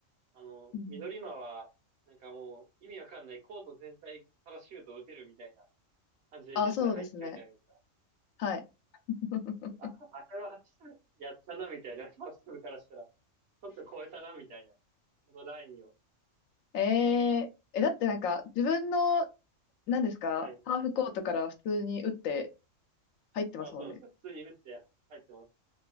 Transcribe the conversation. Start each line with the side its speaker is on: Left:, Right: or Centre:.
Right: あの、
Left: うん。
Right: 緑間は、なんかもう、意味わかんない、コート全体からシュートを打てるみたいな感じで絶対入っちゃうじゃないですか。
Left: ああ、そうですね。はい。<laughs>
Right: あ、あれは、やったな、みたいな、ファースト部からしたら。ちょっと超えたな、みたいな。このラインを。
Left: ええーえ、だってなんか、自分の、何ですか、
Right: はい。
Left: ハーフコートから普通に打って入ってますもんね。
Right: あ、そうなんですか。普通に打って入ってます。